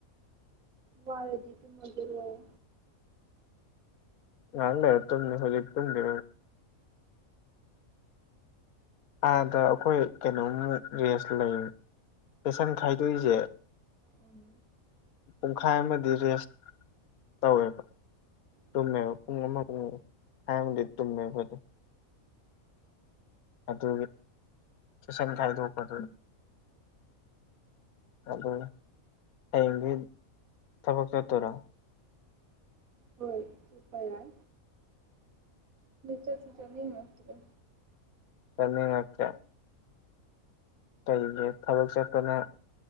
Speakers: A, on the right (about 75°); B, on the left (about 85°).
A: ꯋꯥꯔꯗꯤ ꯀꯨ ꯃꯗꯔ ꯋꯥ
B: ꯅꯗ ꯇ ꯍꯧꯖꯤꯛ ꯇꯨꯝꯦ ꯑꯥꯗ ꯑꯩꯈꯣꯏ ꯀꯩꯅꯣꯃꯨꯛ ꯔꯦꯁ ꯂꯩ ꯄꯦꯁꯟ ꯈꯥꯏꯗꯣꯛꯏꯁꯦ
A: ꯎꯝ
B: ꯄꯨꯡꯈꯥꯏ ꯑꯃꯗꯤ ꯔꯦꯁ ꯇꯧꯋꯦꯕ ꯇꯨꯝꯃꯦꯕ
A: ꯎꯝ
B: ꯄꯨꯡ ꯑꯃ ꯄꯨꯡ ꯍꯥꯏꯔꯒꯗꯤ ꯇꯨꯝꯃꯦꯕ ꯑꯗꯨꯣ ꯑꯗꯨꯒꯤ ꯆꯨꯁꯟ ꯈꯥꯏꯗꯣꯛꯄꯗꯨꯅꯤ ꯑ ꯍꯌꯦꯡꯒꯤ ꯊꯕꯛ ꯆꯠꯇꯔꯥ
A: ꯍꯣꯏ ꯇ ꯀ ꯆꯠ ꯆ ꯅꯠꯇ꯭ꯔ
B: ꯆꯅꯤꯆꯥ ꯀꯩꯒꯤ ꯊꯕꯛ ꯆꯠꯄꯅ